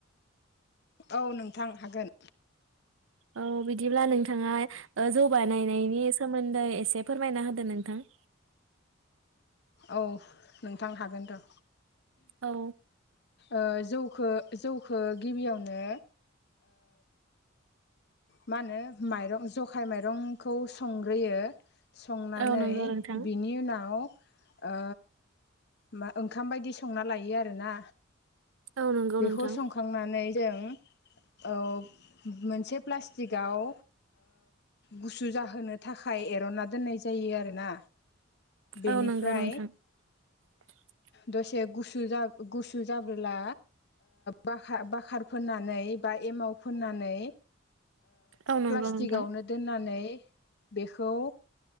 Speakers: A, on the left; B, on the right.
A: औ नोंथां हागोन।
B: औ बिदिब्ला नोंथाङा ओ जौ बानायनायनि सोमदै सोमोन्दै एसे फोरमायना होदो नोंथां?
A: औ नोंथां हागोन र'
B: औ
A: ओ जौखो जौखो गिबियावनो मा होनो माइरं जखाय माइरंखौ संग्रोयो संनानै
B: औ नंगौ नोंथां
A: बिनि उनाव ओ मा ओंखाम बायदि संना लायो आरोना
B: औ नंगौ
A: बेखौ
B: नोंथां
A: संखांनानै जों औ मोनसे प्लास्टिकआव गुसु जाहोनो थाखाय एर'ना दोननाय जायो आरोना बेनिफ्राय
B: औ नंगौ नोंथां <unintelligible>
A: दसे गुसु जा गुसु जाबोला बाखार बाखार फोननानै बा एमाव फोननानै
B: औ नंगौ
A: प्लास्टिकआवनो
B: नोंथां
A: दोननानै बेखौ